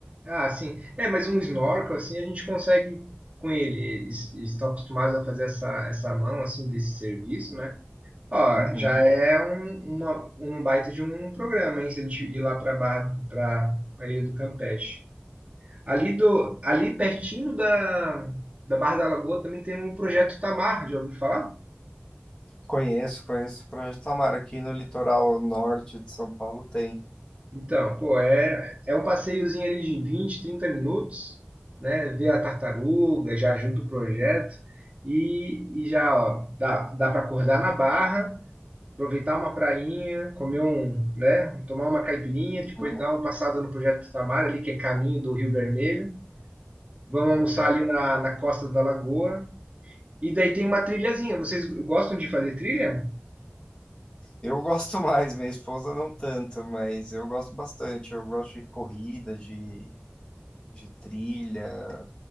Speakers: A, on the right; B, on the left.
A: Ah, sim. É, mas um snorkel assim a gente consegue com ele. Eles, eles estão acostumados a fazer essa, essa mão assim desse serviço, né? Ó,
B: Uhum.
A: já é um, uma- um baita de um programa, hein? Se a gente ir lá para Barra, para a Ilha do Campeche. Ali, do, ali pertinho da, da Barra da Lagoa também tem um projeto Tamar, já ouviu falar?
B: Conheço, conheço o Projeto Tamar. Aqui no litoral norte de São Paulo tem.
A: Então, pô, é, é um passeiozinho ali de 20 30 minutos, né? Ver a tartaruga, já ajuda o projeto. E, e já, ó, dá, dá para acordar na Barra aproveitar uma prainha, comer um, né, tomar uma caipirinha, depois
B: Hum,
A: dar uma passada no Projeto Tamar ali, que é caminho do Rio Vermelho. Vamos almoçar
B: Legal.
A: ali na, na costa da lagoa. E daí tem uma trilhazinha. Vocês gostam de fazer trilha?
B: Eu gosto <laughs> mais, minha esposa não tanto, mas eu gosto bastante. Eu gosto de corrida, de, de trilha.